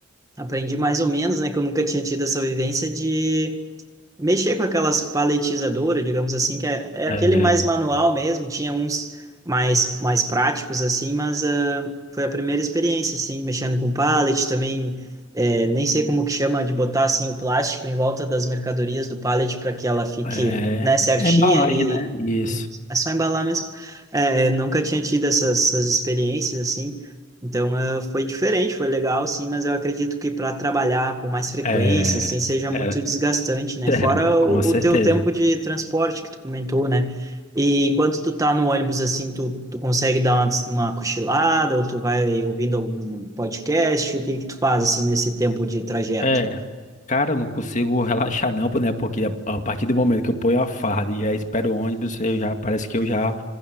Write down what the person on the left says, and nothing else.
É,
é,
é embalagem,
né? Isso.
É,
é, <laughs>
é,
com certeza.
É, Cara, eu não consigo <laughs> relaxar não, né? Porque a, a partir do momento que eu ponho a farda e já espero o ônibus, eu já parece que eu já